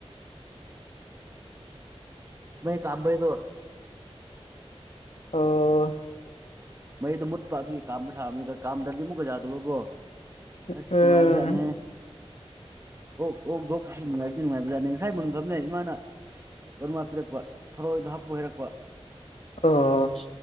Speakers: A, on the right; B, on the left.
A: ꯃꯩ ꯀꯥꯝꯕꯩꯗꯣ
B: ꯑꯣ
A: ꯃꯩꯗꯣ ꯃꯨꯠꯄ ꯑꯗꯨꯒꯤ ꯀꯥꯝꯕ ꯁꯥꯕꯅꯦꯗ ꯀꯥꯝꯗ꯭ꯔꯗꯤ ꯃꯨꯛ ꯄꯨ ꯌꯥꯗꯕꯒꯣ ꯑꯁ
B: ꯎꯝ
A: ꯅꯨꯡꯉꯥꯏꯕꯖꯥꯠꯅꯦꯍꯦ ꯑꯣꯛ ꯑꯣꯛ ꯗꯣꯛꯄꯁꯤ ꯅꯨꯡꯉꯥꯏꯗꯤ ꯅꯨꯡꯉꯥꯏꯕꯖꯥꯠꯅꯦ ꯉꯁꯥꯏ ꯃꯨꯟꯒꯝꯅꯦ ꯏꯃꯥꯅ ꯋꯟꯋꯥ ꯄꯤꯔꯛꯄ ꯊꯔꯣꯏꯗꯣ ꯍꯥꯞꯄꯣ ꯍꯥꯏꯔꯛꯄ
B: ꯑꯣ